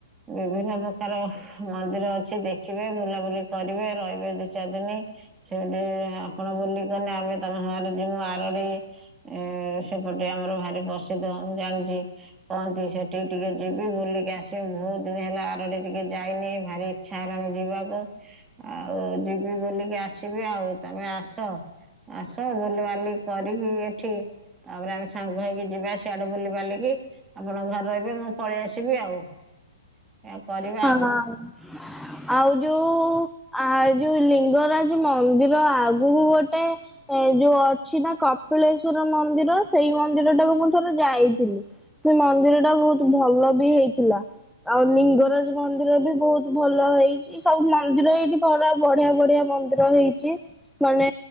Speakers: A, on the right; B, in the centre.
A: ବିଭିନ୍ନ ପ୍ରକାର ହୁ ମନ୍ଦିର ଅଛି ଦେଖିବେ ବୁଲାବୁଲି କରିବେ ରହିବେ ଦି ଚାରି ସେମି ସେମିତି ଆପଣ ବୁଲିଗଲେ ଆମେ ତମ ସାରେ ଜି ମୁଁ ଆରଡି ଏ ସେପଟେ ଆମର ଭାରି ପସିଦ୍ଧ ମୁ ଜାଣିଛି କହନ୍ତି ସେ ଟିକେ ଟିକେ ଯିବି ବୁଲିକି ଆସିବି ବହୁତ ଦିନ ହେଲା ଆରଡି ଟିକେ ଯାଇନି ଭାରି ଇଚ୍ଛା ହେଲାଣି ଯିବାକୁ ଆଉ ଯିବି ବୁଲିକି ଆସିବି ଆଉ ତମେ ଆସ ଆସ ବୁଲିବାଲି କରିକି ଏଠି ତାପରେ ଆମେ ସାଙ୍ଗ ହେଇକି ଯିବା ସିଆଡେ ବୁଲି ବାଲିକି ଆପଣ ଘରେ ରହିବେ ମୁଁ ପଳେଇ ଆସିବି ଆଉ ଏୟା କରିବା
B: ହଁ
A: ଆଉ।
B: ଆଉ ଯୋଉ ଆ ଯୋଉ ଲିଙ୍ଗରାଜ ମନ୍ଦିର ଆଗକୁ ଗୋଟେ ଏ ଯୋଉ ଅଛି ନା କପିଳେଶ୍ଵର ମନ୍ଦିର ସେଇ ମନ୍ଦିରଟାକୁ ମୁଁ ଥରେ ଯାଇଥିଲି ସେ ମନ୍ଦିରଟା ବହୁତ ଭଲ ବି ହେଇଥିଲା। ଆଉ ଲିଙ୍ଗରାଜ ମନ୍ଦିର ବି ବହୁତ୍ ଭଲ ହେଇଛି ସବୁ ମନ୍ଦିର ଏଇଠି ପରା ବଢିଆ ବଢିଆ ମନ୍ଦିର ର ହେଇଛି ମାନେ